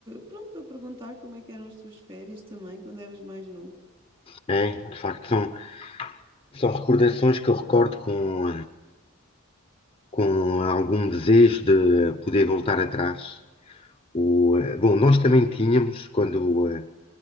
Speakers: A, on the right; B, on the left.
A: pronto, para perguntar como é que eram as tuas férias também, quando eras mais novo.
B: É, de facto, são, são recordações que eu recordo com, com algum desejo de poder voltar atrás. O, eh, bom, nós também tínhamos, quando, eh,